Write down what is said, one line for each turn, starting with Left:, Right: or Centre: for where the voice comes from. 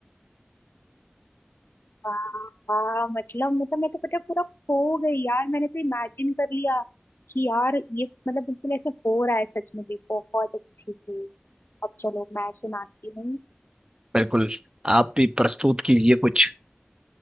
Left: हाँ मतलब मतलब मैं तो पता है पूरा खो गई यार मैंने तो इमेजिन कर लिया कि यार ये मतलब बिल्कुल ऐसा हो रहा है सच में भी बहुत अच्छी थी अब चलो मैं सुनाती हूँ
Right: बिल्कुल आप भी प्रस्तुत कीजिए कुछ